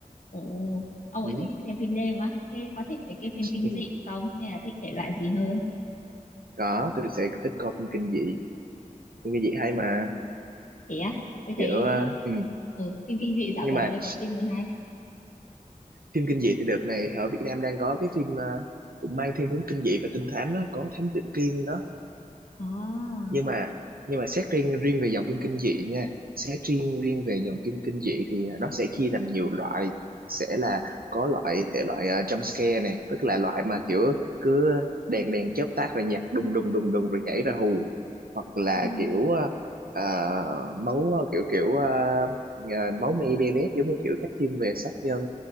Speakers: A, on the left; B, on the right.
A: Ồ, ông
B: ừ.
A: ấy thích xem phim đêm á. Thế có thích về cái phim kinh
B: Ừ.
A: dị không? Hay là thích thể loại gì hơn?
B: có tôi sẽ thích coi phim kinh dị phim kinh dị hay mà
A: Thế á, tôi
B: kiểu
A: thấy
B: ờ,
A: ờ,
B: ừ.
A: ừ, phim kinh dị dạo
B: nhưng
A: gần
B: mà
A: đây có phim gì hay?
B: phim kinh dị thì đợt này ở Việt Nam đang có cái phim ờ, cũng mang thiên hướng kinh dị và trinh thám đó có Thám Tử Kiên đó
A: À,
B: nhưng mà nhưng mà xét riêng riêng về dòng phim kinh dị nha xét riêng riêng về dòng phim kinh dị thì nó sẽ chia làm nhiều loại sẽ là có loại thể loại ờ, jump scare này tức là loại mà kiểu cứ đèn đèn chớp tắt rồi nhạc đùng đùng đùng đùng rồi nhảy ra hù hoặc là
A: Ừ.
B: kiểu ờ, ờ, máu ờ, kiểu kiểu ờ, ờ, máu me be bét giống như kiểu các phim về sát nhân